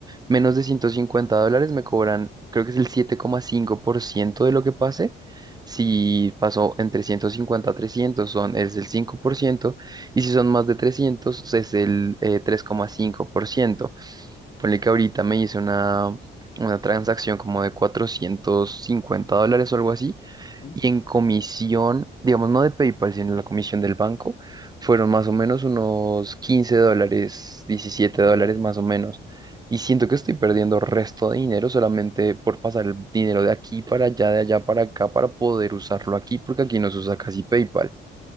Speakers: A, on the right (about 20°); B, on the left (about 35°).
A: menos de 150 dólares, me cobran, creo que es el siete coma cinco por ciento de lo que pase. Si pasó entre 150 a 300 son, es el 5% y si son más de 300 es el eh, tres coma cinco por ciento. Ponle que ahorita me hice una, una transacción como de 450 dólares o algo así.
B: Ujú.
A: Y en comisión, digamos, no de PayPal, sino la comisión del banco, fueron más o menos unos 15 dólares, 17
B: de
A: dólares
B: ya. y-
A: más o menos. Y siento que estoy perdiendo resto de dinero solamente por pasar el dinero de aquí para allá, de allá para acá, para poder usarlo aquí, porque aquí no se usa casi PayPal.